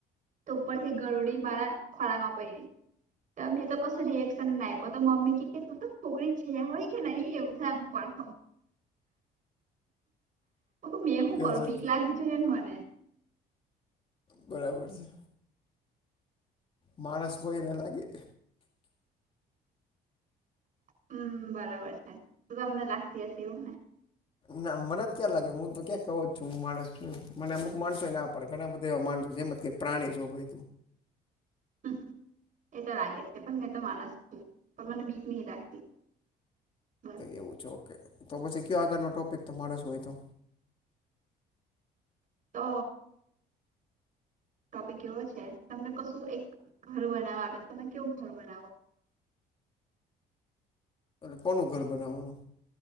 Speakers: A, on the right; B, on the left.
A: તો ઉપરથી ગરોડી માળા ખોળમાં પયડી તો મેં તો કસો રિએક્શન નાયપો તો મમ્મી કી કે છોકરી છેયા હોય કે નહી એવું થાય મુકવાની તો મેં હું
B: ગજબ
A: કરુ. બિક લાગવી જોઈએ ન મને.
B: બરાબર છે. માણસ હોય એને લાગે.
A: હમ બરાબર છે. તો તમને લાગતી હશે એવુંને?
B: ના મને જ ક્યાં લાગે હું તો ક્યાં કહ જ છું હું માણસ છું મને અમુક માણસો ના પણે ઘણા બધા એવા માણસો છે એમ કે પ્રાણી છોભય
A: હ એ તો લાગે છે પણ મેં તો માણસ છું પણ મને બીક નહી લાગતી બસ
B: એવું છે ઓકે તો પછી કયો આગળ ન ટોપિક તો માણસ હોય તો
A: તો ટોપિક એવો છે તમને કશું એક ઘર બનાવવા આવે તમે કેવું ઘર બનાવો
B: કોનું ઘર બનાવવાનું?